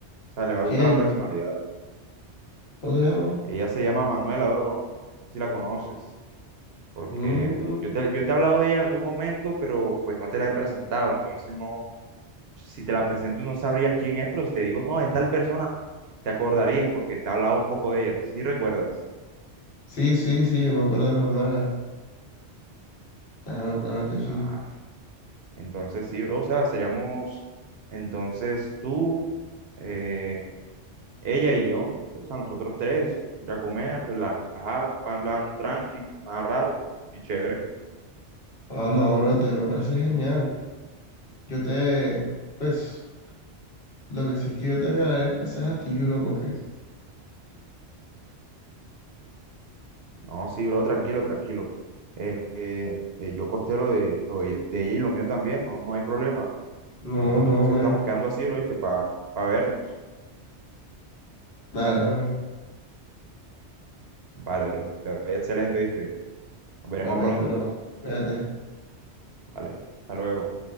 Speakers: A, on the right; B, on the left.
A: O sea, le va a
B: quién?
A: gustar la personalidad.
B: ¿Cómo se llama?
A: Ella se llama Manuela, bro, no sé si la conoces. porque
B: Mm,
A: yo te, yo te he hablado de ella en algún momento, pero pues no te la he presentado, entonces no, si te la presento no sabrías quién es, pero si te digo, no, es tal persona, te acordarías porque te he hablado un poco de ella, si recuerdas?
B: sí, sí, sí, yo me acuerdo de Manuela. Claro, claro que sí.
A: Ah, entonces sí, bro, o sea, seríamos entonces tú, eh, ella y yo, o sea, nosotros tres, ir a comer, relajar, un pan lan tranqui, más raro y chévere.
B: Ah, no, bro, te me parece genial. Yo te, pues, lo que sí es que yo te regalaré el pasaje a ti, bro, porque...
A: No, sí, bro, tranquilo, tranquilo. Eh, eh, eh, yo costé lo de, lo de de ella y lo mío también, no, no hay problema.
B: No,
A: Entonces
B: no, bro.
A: estamos quedando así, bro, ¿viste? Para vernos.
B: Dale, bro.
A: Vale, bro, te ve excelente, ¿viste? Nos veremos
B: Igualmente,
A: pronto.
B: bro. Fíjate.
A: Vale, hasta luego.